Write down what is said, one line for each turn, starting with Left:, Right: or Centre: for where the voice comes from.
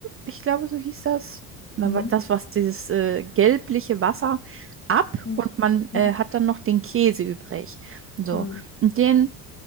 Right: ich glaube, so hieß das, Na,
Left: Mhm.
Right: wa- das, was dieses äh, gelbliche Wasser ab
Left: Mhm.
Right: und man
Left: Mhm.
Right: äh, hat dann noch den Käse übrig. So,
Left: Mhm.
Right: und den